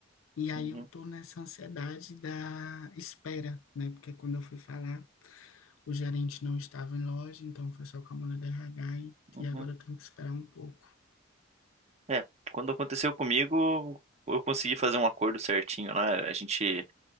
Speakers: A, on the left; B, on the right.
A: E aí
B: Uhum.
A: eu estou nessa ansiedade da espera, né? Porque quando eu fui falar, o gerente não estava em loja, então foi só com a mulher do RH e,
B: Uhum.
A: e agora eu tenho que esperar um pouco.
B: É, quando aconteceu comigo, eu consegui fazer um acordo certinho lá. A gente.